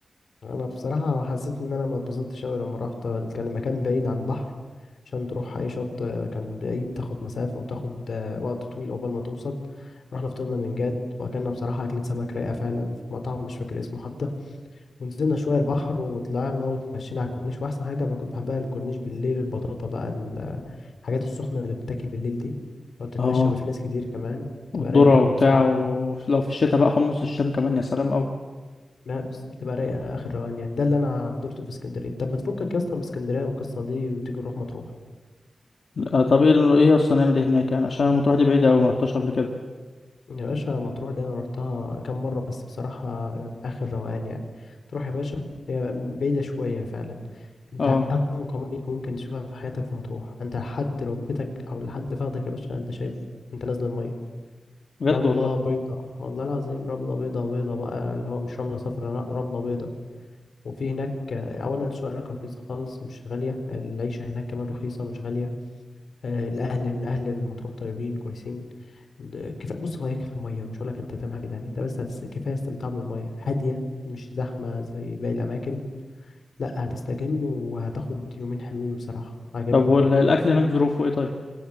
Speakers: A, on the left; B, on the left.
A: انا بصراحه حسيت ان انا ما اتبسطتش قوي لما رحت كان المكان بعيد عن البحر عشان تروح اي شط كان بعيد تاخد مسافه وتاخد وقت طويل عقبال ما توصل رحنا فطرنا من جد واكلنا بصراحه اكله سمك رايقه فعلا في مطعم مش فاكر اسمه حتى ونزلنا شوية البحر وطلعنا وتمشينا على الكورنيش وأحسن حاجة بقى كنت بحبها الكورنيش بالليل البطاطا بقى ال- الحاجات السخنة اللي بتاكل بالليل دي لو تتمشى
B: اه
A: بقى في ناس كتير كمان بتبقى
B: والذره
A: رايقة أوي
B: وبتاع
A: بصراحة
B: ولو في الشتاء بقى حمص الشام كمان يا سلام قوي
A: لا بس بتبقى رايقة آخر روان يعني ده اللي أنا حضرته في اسكندرية طب ما تفكك يا اسطى من اسكندرية والقصة دي وتيجي نروح مطروح
B: آه، طب ايه ال- ايه اصلا نعمل ايه هناك يعني عشان المطروح دي بعيدة اوي ما رحتهاش قبل كده
A: يا باشا مطروح دي انا رحتها كام مره بس بصراحه اخر روقان يعني تروح يا باشا هي بعيده شويه فعلا انت
B: اه
A: انقى ميه ممكن تشوفها في حياتك في مطروح انت لحد ركبتك او لحد فخدك يا باشا انت شايف انت نازل الميه
B: بجد
A: رمله
B: والله
A: بيضاء والله العظيم رمله بيضاء بيضاء بقى اللي هو مش رمله صفراء لا، رمله بيضاء وفي هناك آه، اولا السوق هناك رخيص خالص مش غاليه العيشه هناك كمان رخيصه مش غاليه آه، الاهل إن اهل المطروح طيبين كويسين د- كفايه بص هو هي في الميه مش هقول لك انت تعمل حاجه تانية انت بس هتست... كفايه استمتاع بالميه هاديه مش زحمه زي باقي الاماكن لا هتستجم وهتاخد يومين حلوين بصراحه عجبتني
B: طب والاكل
A: يعني
B: هناك ظروفه ايه طيب